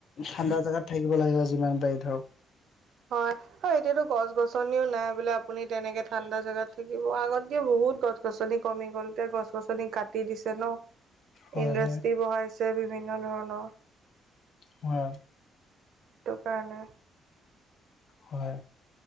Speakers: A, on the left (about 65°); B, on the right (about 70°).
A: ঠাণ্ডা জাগাত থাকিব লাগে আৰু যিমান পাৰি ধৰক।
B: হয়। হয় এতিয়াতো গছ গছনিও নাই বোলে আপুনি তেনেকে ঠাণ্ডা জাগাত থাকিব আগত কে বহুত গছ। গছ গছনি কমি গ'ল এতিয়া গছ গছনি কাটি দিছে ন
A: <unintelligible>
B: ইণ্ডাষ্ট্ৰী
A: হয়
B: বহাইছে বিভিন্ন ধৰণৰ
A: হয়
B: সেইটো কাৰণে
A: হয়,